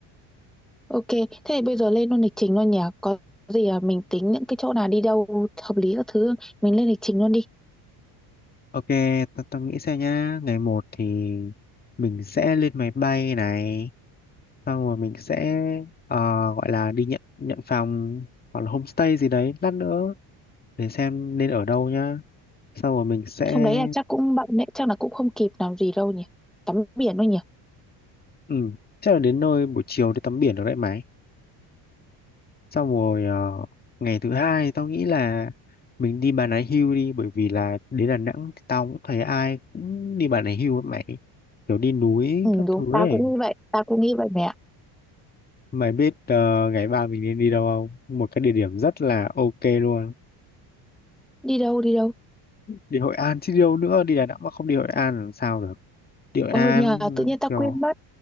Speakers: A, in the centre; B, on the left.
A: OK. thế thì bây giờ lên luôn lịch trình luôn nhỉ? Có gì, à, mình tính những cái chỗ nào đi đâu hợp lý các thứ, mình lên lịch trình luôn đi.
B: Ok, tao tao nghĩ xem nhá, ngày một thì mình sẽ lên máy bay này, xong rồi mình sẽ ờ, gọi là đi nhận nhận phòng hoặc là homestay gì đấy lát nữa để xem nên ở đâu nhá. Xong rồi mình sẽ
A: Hôm đấy là chắc cũng bận đấy, chắc là cũng không kịp làm gì đâu nhỉ? Tắm biển thôi nhỉ?
B: ừ, chắc là đến nơi buổi chiều đi tắm biển được đấy mà. xong rồi ờ, ngày thứ hai tao nghĩ là mình đi Bà Nà Hills đi bởi vì là đến Đà Nẵng thì tao cũng thấy ai cũng đi Bà Nà Hills ấy mày kiểu đi núi
A: Ừ,
B: các
A: đúng,
B: thứ
A: tao
B: ấy
A: cũng nghĩ vậy, tao cũng nghĩ vậy mẹ
B: mày biết uh, ngày ba mình nên đi đâu không một cái địa điểm rất là ok luôn
A: Đi đâu, đi đâu?
B: đi Hội An chứ đi đâu nữa đi Đà Nẵng mà không đi Hội An làm sao được đi Hội An
A: Ôi nhờ, tự nhiên tao
B: kiểu
A: quên mất.